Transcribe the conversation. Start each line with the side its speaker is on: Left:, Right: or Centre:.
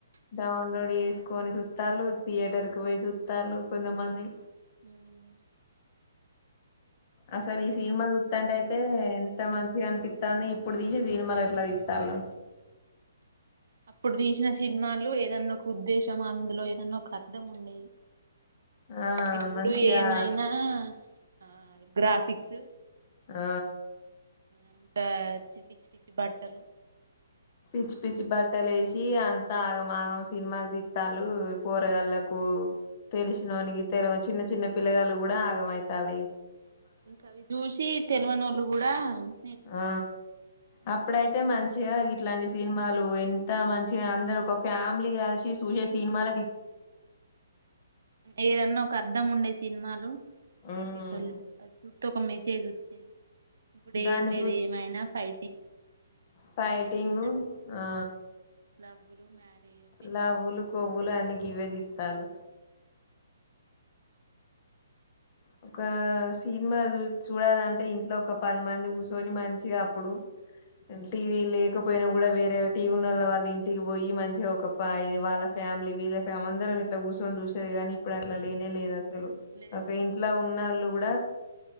Left: డౌన్లోడ్ చేసుకొని చుత్తళ్ళు థియేటర్ కి పోయి చుత్తాలు కొంతమంది
Right: మ్మ్
Left: అసలు ఈ సినిమా సుత్తంటే అయితే ఎంత మంచిగా అనిపిత్తంది ఇప్పుడు తీసి సినిమాలు ఎట్లా తితారు
Right: అప్పుడు తీసిన సినిమాలు ఏదన్నా ఒక ఉద్దేశం అందులో ఏదన్న ఒక అర్థం ఉండేది
Left: ఆ
Right: ఇప్పుడు
Left: మంచిగా
Right: ఏమైనా ఆ గ్రాఫిక్స్
Left: ఆ
Right: అంతచ్చి పిచ్చి పిచ్చి బట్టలు
Left: పిచ్చి పిచ్చి బట్టలు వేసి అంత ఆగం ఆగం సినిమా దిట్టాలు కూరగాళ్లకు తెలిసినవనికి తెల చిన్న చిన్న పిల్లగాలు కూడా ఆగమయితాల
Right: ఇంకా అవి చూసి తెలివన వాళ్ళు కూడా నేర్చుకుంటారు
Left: ఆ అప్పుడైతే
Right: అంత
Left: మంచిగా ఇట్లాంటి సినిమాలు ఎంత మంచిగా అందరు ఒక ఫ్యామిలీ కలిసి చూసే సినిమాలు
Right: ఏదన్నా ఒక అర్ధం ఉండేసి సినిమాలు
Left: ఉమ్
Right: షర్టలు త క మీసేది వచ్చేది ఇప్పుడు
Left: దాన్ని
Right: ఏం లేవు ఏమైనా ఫైటింగ్
Left: ఫైటింగ్
Right: ప్రేమించుడు
Left: ఆ
Right: లవ్వులు మ్యారేజ్ పెళ్లి
Left: లావులు
Right: చేసుకో
Left: కొవ్వులు అన్న గ ఇవేది తారు ఒక సినిమా చూడాలంటే ఇంట్లో ఒక పది మంది కూర్చొని మంచిగా అప్పుడు టీవీ లేకపోయినా కూడా వేరే టీ ఉన్ళ్ళ వాళ్ళ ఇంటికి పోయి మంచిగా ఒకప్ప అ వాళ్ళ ఫ్యామిలీ వీళ్ళ ఫ్యా అందరం ఇట్లా కూర్చొని చూసేది కాగానీ ఇప్పుడు అట్లా లేనే లేదు అస చక
Right: లేదు
Left: ఉు కూడా